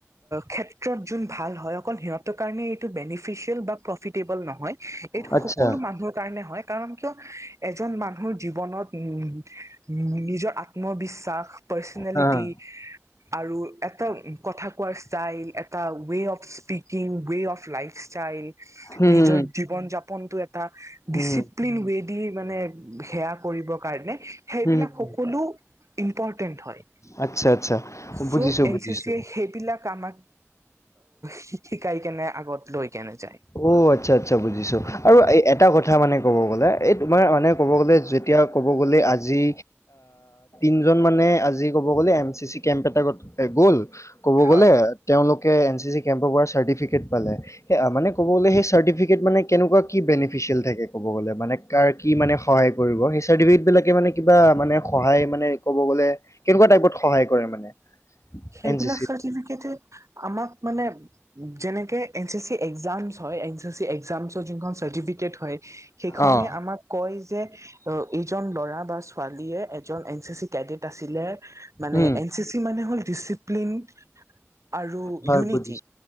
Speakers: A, on the right; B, on the left.
A: ক্ষেত্ৰত যোনটো অঁ যোন ভাল হয় অকল সিহঁতৰ কাৰনে এইটো বেনিফিচিয়েল বা প্ৰফিটেবল প্ৰফিটেবল নহয় এইটো
B: আচ্ছা
A: সকলো মানুহৰ কাৰণে হয় কাৰণ কিয় এজন মানুহৰ জীৱনত উম নিজৰ আত্মবিশ্বাস পাৰ্চনেলিটি
B: হা হা
A: আৰু এটা কথা কোৱাৰ ষ্টাইল এটা way of speaking way of lifestyle
B: হম
A: নিজৰ জীৱন উদ যাপনতটো এটা
B: হম হম
A: ডিচিপ্লিন ৱে দি মানে সেয়া কৰিবৰ কাৰণে সেইবিলাক
B: হম হম হম
A: সকলো ইম্পৰ্টেন্ট হয়
B: আচ্ছা আচ্ছা
A: চ'
B: বুজিছো
A: এন
B: বুজিছো
A: চি চি সেইবিলাক আমাক শ শিকাই কেনে আগত লৈ কেনে যায়
B: অঁ আচ্ছা আচ্ছা বুজিছো আৰু এটা কথা মানে ক'ব গলে এই তোমাৰ মানে ক'ব গলে যেতিয়া ক'ব গলে আজি দুজন মানে আজি ক'ব গ'লে এম চি চি কেম্প এটা গ'ল কব
A: হয়
B: গলে তেওঁলোকে এন চি চি কেমপৰ পৰা চাৰ্টিফিকেট পালে ক'ব গলে সেই চাৰ্টিফিকেট মানে কেনেকুৱা কি বেনিফিচিয়েল থাকে ক'ব গ'লে মানে কাৰ কি মানে সহায় কৰিব। এই চাৰ্টিফিকেট বোৰে কেনেকুৱা টাইপত সহায় কৰে মানে কব গলে কেনেকুৱা টাইপত সহায় কৰে মানে।
A: সেইবিলাক
B: এন চি চিত
A: চাৰ্টিফিকেটে আমাক মানে। যেনেকে এন চি চি এক্জাম হয় এন চি চি এজামচৰ যোনখন চাৰ্টিফিকেট হয় সেইখনে
B: অ'
A: আমাক কয় যে এইজন ল'ৰা বা ছোৱালীয়ে এজন এন চি চি কেদিত আছিলে মানে
B: উম
A: এ চি চি মানে <unintelligible> ডিচিপ্লিন আৰু
B: হয়
A: ইউনিটি
B: বুজিছো